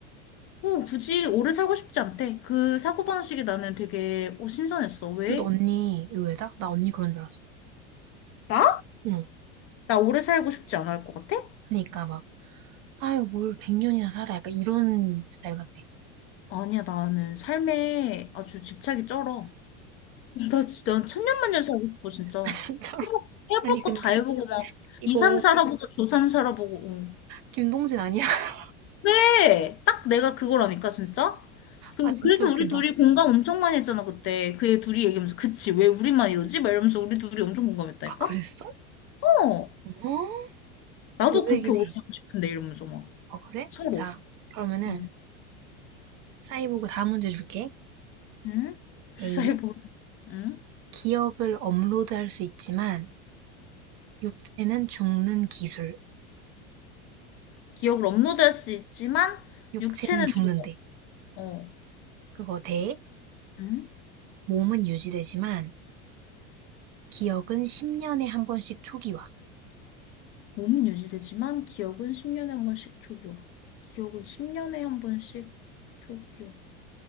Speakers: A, on the left (about 40°); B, on the right (about 55°).
A: 어, 굳이 오래 살고 싶지 않대. 그 사고방식이 나는 되게 어, 신선했어. 왜?
B: 근데 언니 의외다? 나 언니 그런 줄 알았어.
A: 나?
B: 응.
A: 나 오래 살고 싶지 않을 것 같아?
B: 그니까 막, 아유, 뭘 100년이나 살아. 약간 이런 스타일 같아. <laughs>
A: 아니야, 나는 삶에 아주 집착이 쩔어. 나 진짜 난 천년만년 살고 싶어, 진짜.
B: 아, 진짜로.
A: 해볼, 해볼
B: 아니, 근데
A: 거 다 해보고 막,
B: 이거
A: 이삼 살아보고, 저삼 살아보고. 응.
B: 김동진 아니야? <laughs>
A: 왜? 딱 내가 그거라니까, 진짜? 그-
B: 아, 진짜
A: 그래서
B: 웃긴다.
A: 우리 둘이 공감 엄청 많이 했잖아, 그때. 그 애 둘이 얘기하면서, 그치, 왜 우리만 이러지? 막 이러면서 우리 둘이 엄청 공감했다니까?
B: 아, 그랬어?
A: 어,
B: 어?
A: 나도
B: 의외긴
A: 그렇게 오래
B: 해.
A: 살고 싶은데, 이러면서 막,
B: 어, 그래?
A: 서로.
B: 자, 그러면은,
A: 응?
B: 사이보그 다음 문제 줄게.
A: 응? <laughs>
B: A.
A: 사이버, 응?
B: 기억을 업로드할 수 있지만 육체는 죽는 기술,
A: 기억을 업로드할 수 있지만,
B: 육체는
A: 육체는
B: 죽는데
A: 죽어. 어.
B: 그거 대
A: 응?
B: 몸은 유지되지만 기억은 10년에 한 번씩 초기화.
A: 몸은 유지되지만 기억은 10년에 한 번씩 초기화 기억은 10년에 한 번씩 초기 와.